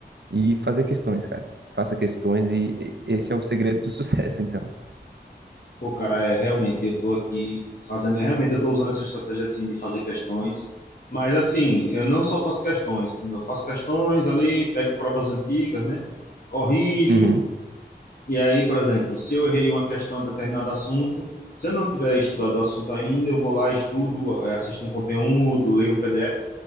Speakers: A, on the right (about 75°); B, on the left (about 55°).
A: e fazer questões, cara. Faça questões e esse é o segredo do <laughs> sucesso, então.
B: Pô, cara, é realmente eu tô aqui fazendo, realmente eu tô usando essa estratégia assim de fazer questões. Mas assim, eu não só faço questões, como eu faço questões ali, pego provas antigas, né? Corrijo
A: Uhum.
B: E aí, por exemplo, se eu errei uma questão de determinado assunto, se eu não tiver estudado o assunto ainda, eu vou lá, estudo, eh, assisto um conteúdo, leio um PDF.